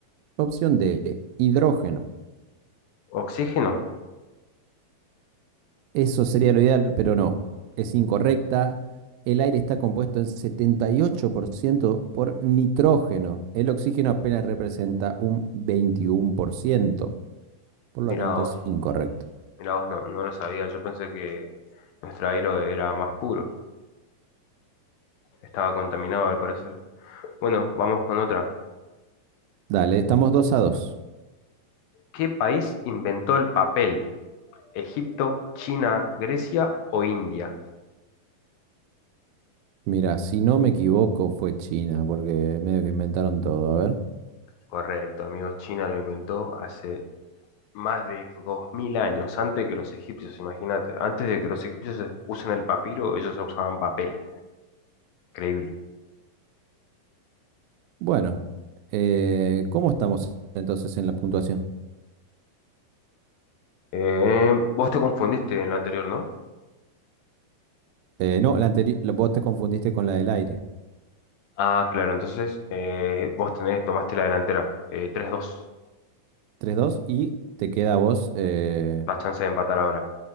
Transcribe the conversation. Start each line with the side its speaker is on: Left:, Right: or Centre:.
Right: Opción D, hidrógeno.
Left: ¿Oxígeno?
Right: Eso sería lo ideal, pero no. Es incorrecta. El aire está compuesto en 78% por ciento por nitrógeno. El oxígeno apenas representa un 21%. Por ciento por lo
Left: Mirá
Right: tanto,
Left: vos,
Right: es incorrecto.
Left: mirá vos, no, no lo sabía. Yo pensé que nuestro aire era más puro. Estaba contaminado al parecer. Bueno, vamos con otra.
Right: Dale, estamos dos a dos
Left: ¿Qué país inventó el papel? ¿Egipto, China, Grecia o India?
Right: Mira, si no me equivoco, fue China, porque medio que inventaron todo. A ver.
Left: Correcto, amigos, China lo inventó hace más de 2000 años, antes que los egipcios, imagínate. Antes de que los egipcios usen el papiro, ellos usaban papel. Increíble.
Right: Bueno, eh, ¿cómo estamos entonces en la puntuación?
Left: Eh, vos te confundiste en lo anterior, ¿no?
Right: Eh, no, la anteri- la- vos te confundiste con la del aire.
Left: Ah, claro, entonces eh, vos tenés, tomaste la delantera. Eh, 3-2,
Right: Tres dos y te queda a vos eh,
Left: la chance de empatar ahora.